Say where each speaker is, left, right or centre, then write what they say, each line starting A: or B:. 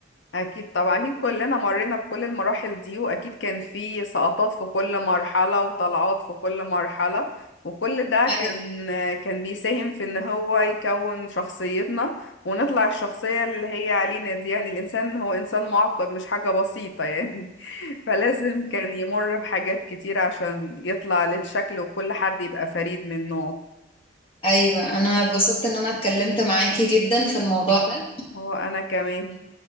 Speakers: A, on the left (about 60°); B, on the left (about 25°).
A: أكيد طبعا أكيد كلنا مرينا بكل المراحل دي وأكيد كان في سقطات في كل مرحلة وطلعات في كل مرحلة وكل ده
B: أيوة
A: كان كان بيساهم في إن هو يكون شخصيتنا ونطلع الشخصية اللي هي علينا دي يعني الإنسان هو إنسان معقد مش حاجة بسيطة يعني <laughs> فلازم كان يمر بحاجات كتير عشان يطلع للشكل وكل حد يبقى فريد من نوعه
B: أيوة أنا اتبسطت إن أنا اتكلمت معاكي جدا في الموضوع ده
A: هو أنا كمان